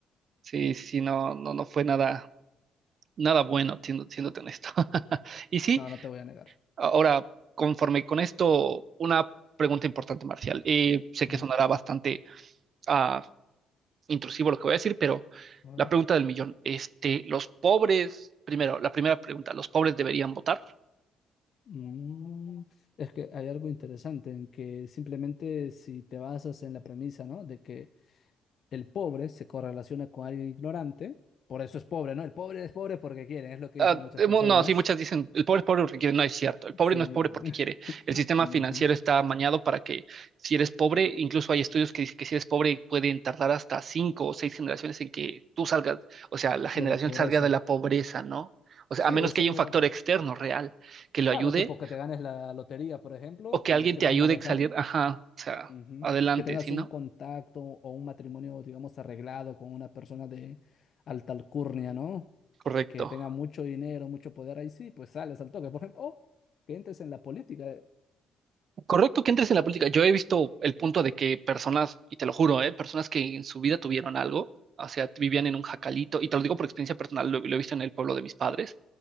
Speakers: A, on the right; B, on the left.
A: sí, sí, no, no, no fue nada, nada bueno, siendo, siéndote honesto. <laughs> Y sí,
B: No, no te voy a negar.
A: ahora, conforme con esto, una pregunta importante, Marcial. Eh, sé
B: Mm,
A: que sonará bastante ah, intrusivo lo que voy a decir, pero
B: a
A: la
B: ver.
A: pregunta del millón, este, los pobres, primero, la primera pregunta, ¿los pobres deberían votar?
B: Mm, es que hay algo interesante en que simplemente si te basas en la premisa, ¿no? De que el pobre se correlaciona con alguien ignorante, por eso es pobre, ¿no? El pobre es pobre porque quiere, es lo que
A: Ah,
B: dicen muchas
A: de
B: personas.
A: mo- no, sí, muchas dicen, el pobre es pobre porque quiere, no es cierto, el pobre
B: Sí.
A: no es pobre porque
B: <laughs>
A: quiere, el sistema financiero está amañado para que si eres pobre, incluso hay estudios que dicen que si eres pobre pueden tardar hasta cinco o seis generaciones en que tú salgas, o sea, la generación
B: de la pobreza.
A: salga de la pobreza, ¿no? O
B: Sí,
A: sea, a menos
B: es
A: que haya
B: algo,
A: un factor externo real que lo
B: claro,
A: ayude
B: tipo que te ganes la lotería, por ejemplo,
A: o que
B: y
A: alguien
B: sepas
A: te ayude
B: manejar,
A: a salir, ajá, o sea,
B: Ujú.
A: adelante,
B: Que tengas
A: ¿sí,
B: un
A: no?
B: contacto o un matrimonio, digamos, arreglado con una persona de alta alcurnia, ¿no?
A: Correcto.
B: Que tenga mucho dinero, mucho poder, ahí sí, pues sales al toque, por ejemplo, o que entres en la política,
A: Correcto que entres en la política. Yo he visto el punto de que personas, y te lo juro, ¿eh? personas que en su vida tuvieron algo, o sea, vivían en un jacalito, y te lo digo por experiencia personal, lo, lo he visto en el pueblo de mis padres.